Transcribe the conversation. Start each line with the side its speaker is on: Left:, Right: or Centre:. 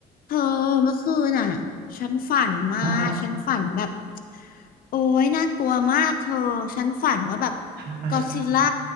Left: เธอเมื่อคืนน่ะฉันฝันมาฉันฝันแบบ
Right: อ้อ
Left: โอ้ยน่ากลัวมากเธอฉันฝันว่าแบบ
Right: ทำไมล่ะ
Left: ก็อดซิลล่า